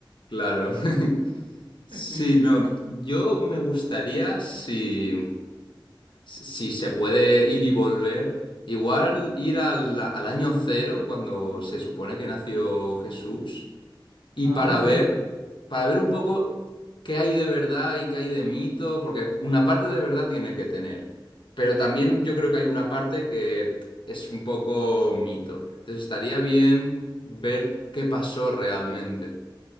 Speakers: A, on the left (about 70°); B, on the right (about 85°).
A: Claro. <laughs> Sí,
B: Y-
A: no, yo me gustaría si, si se puede ir y volver, igual ir al, al año cero, cuando se supone que nació Jesús y
B: ah,
A: para ver,
B: mira,
A: para ver un poco qué hay de verdad y qué hay de mito, porque una parte de verdad tiene que tener, pero también yo creo que hay una parte que es un poco mito. Entonces estaría bien ver qué pasó realmente.